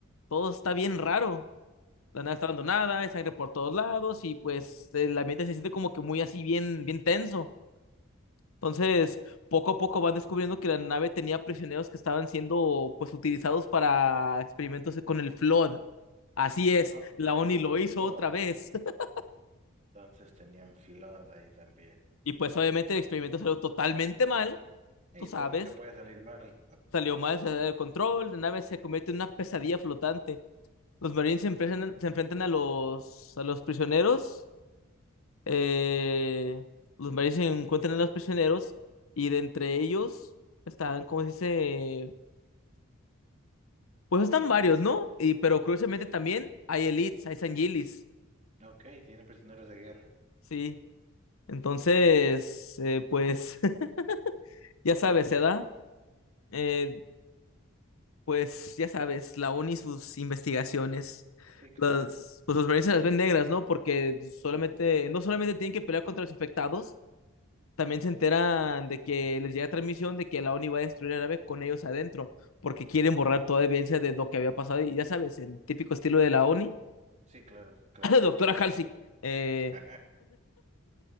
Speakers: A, on the left; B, on the right.
A: todo está bien raro. La nave está abandonada, hay sangre por todos lados y pues el ambiente se siente como que muy así bien, bien tenso. Entonces, poco a poco van descubriendo que la nave tenía prisioneros que estaban siendo pues utilizados para experimentos con el Flood. Así es,
B: Ok,
A: la ONI lo
B: con
A: hizo
B: flood.
A: otra vez. <laughs>
B: Entonces tenían flood ahí también.
A: Y pues obviamente el experimento salió totalmente mal,
B: Y
A: tú sabes,
B: todo lo que puede salir mal.
A: salió mal, se salió de control, la nave se convierte en una pesadilla flotante. Los marines se enfrentan, se enfrentan a los, a los prisioneros eh, los maris se encuentran a los prisioneros y de entre ellos están, como se dice, pues están varios, ¿no? Y, pero curiosamente también hay elites, hay sanguilis,
B: Ok, tiene prisioneros de guerra.
A: sí. Entonces, eh, pues, <laughs> ya sabes, se da, Eh, pues, ya sabes, la ONI y sus investigaciones.
B: Sí, claro.
A: Las, pues los marines se las ven negras, ¿no? Porque solamente, no solamente tienen que pelear contra los infectados, También se enteran de que les llega transmisión de que la ONI va a destruir la nave con ellos adentro, porque quieren borrar toda evidencia de lo que había pasado. Y ya sabes, en típico estilo de la ONI,
B: Sí, claro, claro.
A: <laughs> <clears throat> doctora Halsey, eh,
B: <laughs>